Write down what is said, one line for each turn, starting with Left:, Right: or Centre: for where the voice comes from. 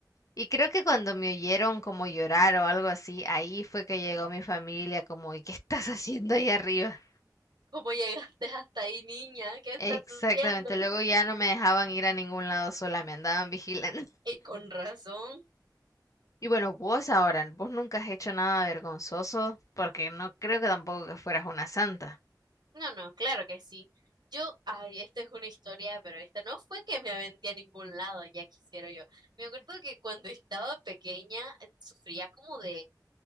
Left: Y creo que cuando me oyeron como llorar o algo así, ahí fue que llegó mi familia como, ¿y qué estás <laughs> haciendo allá arriba?
Right: ¿Cómo llegaste hasta ahí, niña? ¿Qué estás
Left: Exactamente,
Right: haciendo?
Left: luego ya no me dejaban ir a ningún lado sola, me andaban vigilando.
Right: Y con razón.
Left: Y bueno, vos ahora, vos nunca has hecho nada vergonzoso, porque no creo que tampoco que fueras una santa.
Right: No, no, claro que sí. Yo, ay, esta es una historia, pero esta no fue que me aventé a ningún lado, ya quisiera yo. Me acuerdo que cuando estaba pequeña eh, sufría como de